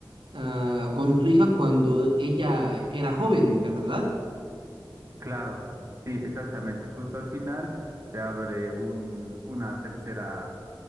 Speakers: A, on the right; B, on the right.
A: ah, con su hija cuando ella era joven, ¿verdad?
B: Claro, sí, exactamente. Justo al final se abre un, una tercera